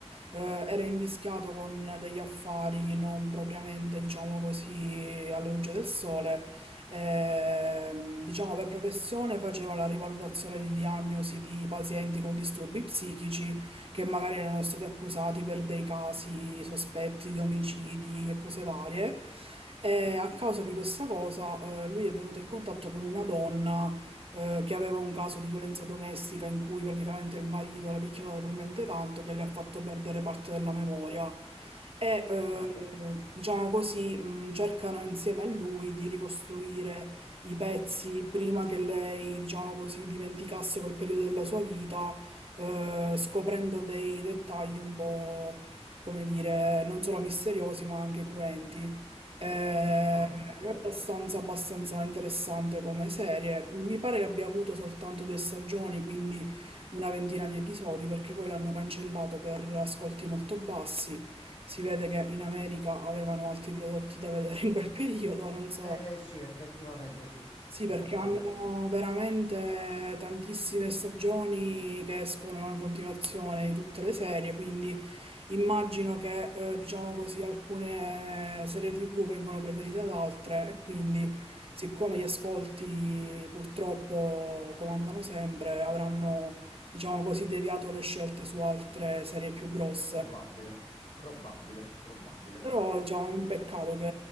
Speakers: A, on the right; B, on the left.
A: eh, era invischiato con degli affari non propriamente, diciamo così, alla luce del sole. Ehm, diciamo per professione faceva la rivalutazione di diagnosi di pazienti con disturbi psichici che magari erano stati accusati per dei casi sospetti di omicidi e cose varie. E a causa di questa cosa, eh, lui è venuto in contatto con una donna, eh, che aveva un caso di violenza domestica in cui praticamente il marito l'ha picchiata talmente tanto che le ha fatto perdere parte della memoria. E, eh,
B: aglia.
A: diciamo così, mh, cercano insieme a lui di ricostruire i pezzi prima che lei, diciamo così, dimenticasse quel periodo della sua vita eh, scoprendo dei dettagli un po', come dire, non solo misteriosi ma anche cruenti. Eh,
B: Ah,
A: È
B: ok.
A: abbastanza, abbastanza interessante come serie. Mi pare che abbia avuto soltanto due stagioni, quindi una ventina di episodi, perché poi l'hanno cancellato per ascolti molto bassi. Si vede che in America avevano altri prodotti da vedere in quel periodo, non so
B: Eh sì, effettivamente sì,
A: sì,
B: effettivamente.
A: perché hanno veramente tantissime stagioni che escono in continuazione di tutte le serie, quindi immagino che, eh, diciamo così, alcune serie TV vengono preferite ad altre e quindi, siccome gli ascolti purtroppo comandano sempre, avranno, diciamo così, deviato le scelte su altre serie più grosse.
B: Probabile, probabile, probabile.
A: Però già è un peccato che